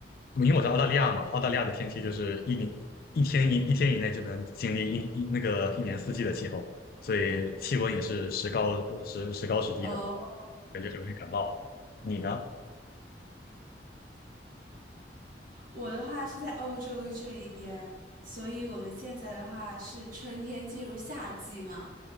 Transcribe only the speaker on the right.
哦，
我的话是在欧洲这一边，所以我们现在的话是春天进入夏季嘛，